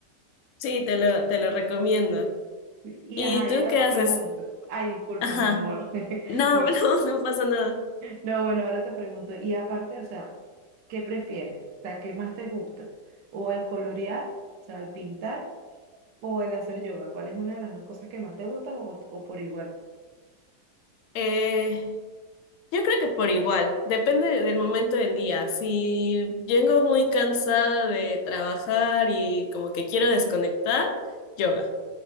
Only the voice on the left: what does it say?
Sí, te lo, te lo recomiendo.
¿Y
tú
qué
haces?
Ajá.
No,
<laughs> no, no pasa nada.
Eh, yo creo que por igual, depende del momento del día. Si vengo muy cansada de trabajar y como que quiero desconectar, yoga.